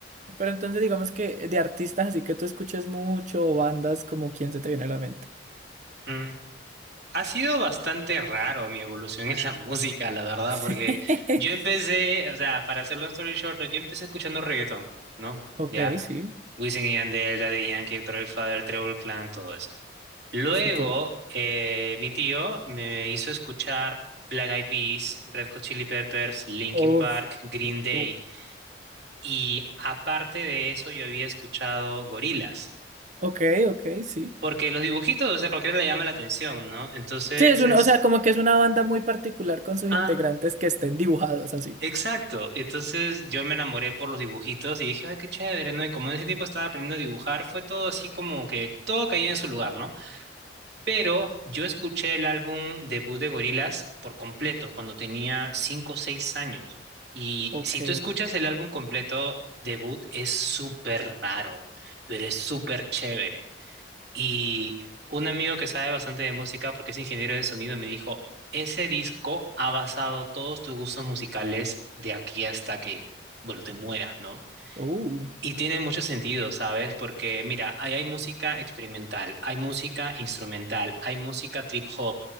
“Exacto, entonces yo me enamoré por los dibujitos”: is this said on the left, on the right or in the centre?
Right